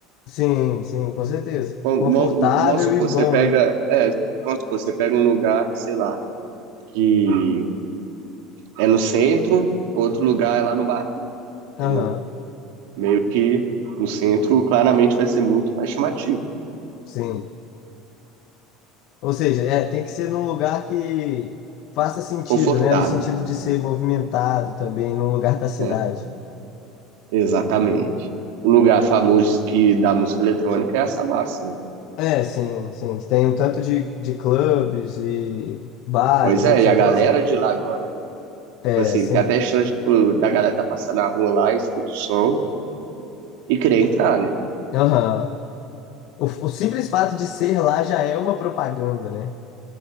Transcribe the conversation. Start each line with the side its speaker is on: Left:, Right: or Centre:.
Left: Sim, sim, com certeza.
Right: Vamos,
Left: Confortável
Right: vamos, vamos supor,
Left: e bom,
Right: você pega.
Left: né?
Right: É, vamos supor, você pega um lugar, sei lá, que é no centro, outro lugar é lá no barril, entendeu?
Left: Aham,
Right: meio que o centro claramente vai ser muito mais chamativo,
Left: sim. Ou seja, é, tem que ser num lugar que faça sentido,
Right: confortável.
Left: né? No sentido de ser movimentado também, num lugar da cidade.
Right: né? exatamente. O lugar famoso que da música eletrônica é a Savassi, né?
Left: É, sim, sim. Que tem um tanto de, de clubes e bares,
Right: Pois é,
Left: etc,
Right: e a galera
Left: etc.
Right: de lá agora,
Left: É,
Right: tipo assim,
Left: sim.
Right: tem até chance, tipo, da galera tá passando na rua lá, escuta o som e querer entrar, né?
Left: Aham. O, o simples fato de ser lá já é uma propaganda, né?